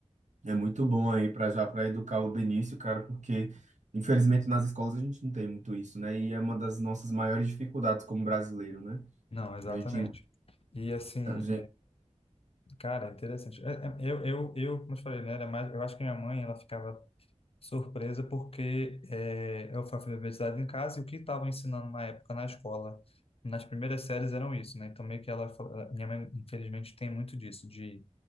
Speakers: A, on the right (about 80°); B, on the left (about 55°).
A: É muito bom aí para já para educar o Benício, cara, porque infelizmente nas escolas a gente não tem muito isso, né? E é uma das nossas maiores dificuldades como brasileiro, né?
B: Não, exatamente.
A: A gente,
B: E assim,
A: a gente...
B: Cara, é interessante. É, é, Eu, eu, eu, como eu te falei, né, era mais, eu acho que minha mãe, ela ficava surpresa porque é, eu fui alfabetizado em casa e o que estavam ensinando na época na escola, nas primeiras séries eram isso, né? Então meio que ela, fa- ela- minha mãe, infelizmente, tem muito disso, de